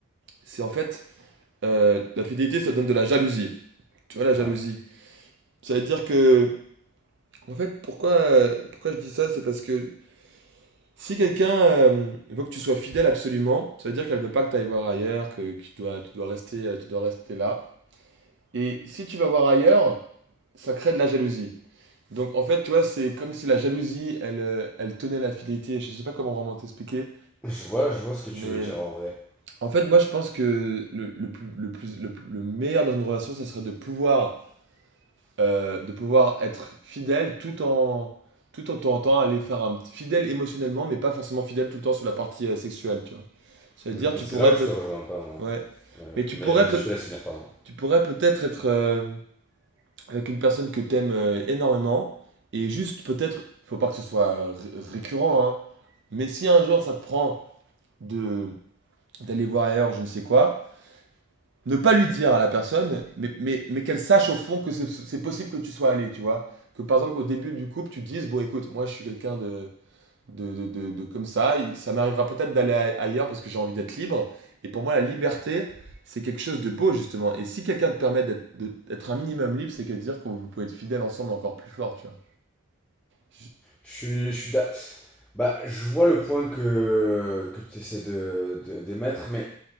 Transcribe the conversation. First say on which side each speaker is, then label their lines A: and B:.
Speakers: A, on the right; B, in the centre.
A: C'est en fait, euh, la fidélité, ça donne de la jalousie. Tu vois, la jalousie.
B: Ouais.
A: Ça veut dire que, en fait, pourquoi, euh, pourquoi je dis ça, c'est parce que si quelqu'un euh, veut que tu sois fidèle absolument, ça veut dire qu'elle veut pas que tu ailles voir ailleurs, que, que tu dois, tu dois rester, euh, tu dois rester là. Et si tu vas voir ailleurs, ça crée de la jalousie. Donc en fait, tu vois, c'est comme si la jalousie, elle, euh, elle tenait la fidélité. Je sais pas comment vraiment t'expliquer,
B: Je vois, je vois ce que tu
A: mais
B: veux dire en vrai.
A: en fait, moi, je pense que le, le plus, le plus, le, plus- le meilleur dans une relation, ça serait de pouvoir, euh, de pouvoir être fidèle tout en, tout en tentant aller faire un petit fidèle émotionnellement, mais pas forcément fidèle tout le temps sur la partie euh, sexuelle, tu vois. Ça veut
B: Mm,
A: dire, tu
B: Et c'est
A: pourrais
B: là où je
A: peut,
B: te rejoins pas, moi.
A: ouais,
B: Mais, ouais.
A: mais tu
B: Mais
A: pourrais
B: vas-y,
A: peut,
B: je te laisse finir, pardon.
A: tu pourrais peut-être être, euh, avec une personne que t'aimes euh, énormément, et juste peut-être, faut pas que ce soit euh, ré- récurrent, hein, mais si un jour ça te prend de d'aller voir ailleurs, je ne sais quoi, ne pas lui dire à la personne, mais, mais, mais qu'elle sache au fond que c'est c'est possible que tu sois allé, tu vois. Que par exemple, qu'au début du couple, tu dises, bon écoute, moi je suis quelqu'un de, de, de, de, de comme ça. Ça m'arrivera peut-être d'aller ailleurs parce que j'ai envie d'être libre. Et pour moi, la liberté, c'est quelque chose de beau, justement. Et si quelqu'un te permet d'être de- d'être un minimum libre, c'est que dire que vous pouvez être fidèle ensemble encore plus fort, tu vois. Je-
B: Je suis, je suis d'a- Bah, je vois le point que, que tu essaies de, de- d'émettre, mais